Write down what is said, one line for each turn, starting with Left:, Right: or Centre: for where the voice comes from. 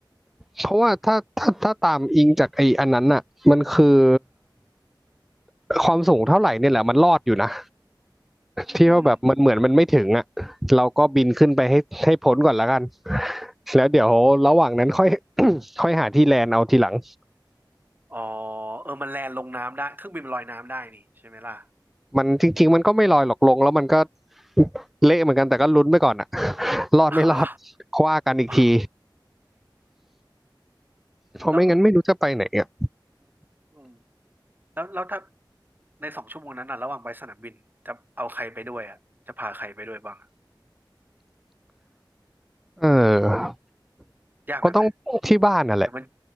Centre: เพราะว่าถ้าถ้าถ้าตามอิงจากไอ้อันนั้นน่ะมันคือความสูงเท่าไหร่เนี่ยแหละมันรอดอยู่นะ
Right: อืมอืม
Centre: ที่ว่าแบบมันเหมือนมันไม่ถึงอ่ะเราก็บินขึ้นไปให้ให้พ้นก่อนแล้วกันแล้วเดี๋ยวระหว่างนั้นค่อย <coughs> ค่อยหาที่แลนด์เอาทีหลัง
Right: อ๋อเออมันแลนด์ลงน้ำได้เครื่องบินมันลอยน้ำได้นี่ใช่ไหมล่ะ
Centre: มันจริงๆมันก็ไม่ลอยหรอกลงแล้วมันก็เละเหมือนกันแต่ก็ลุ้นไปก่อนอะ <laughs> รอดไม่รอด
Right: เอาล่ะ
Centre: คว่ากันอีกที
Right: อ๋อ
Centre: เพราะไม่งั้นไม่รู้จะไปไหนอ่ะ
Right: แล้วอืมแล้วแล้วถ้าในสองชั่วโมงนั้นน่ะระหว่างไปสนามบินจะเอาใครไปด้วยอ่ะจะพาใครไปด้วยบ้างอะ
Centre: เออ
Right: ยากไหมไหม
Centre: ก็ต้องที่บ้านน่ะแหละ
Right: แต่มัน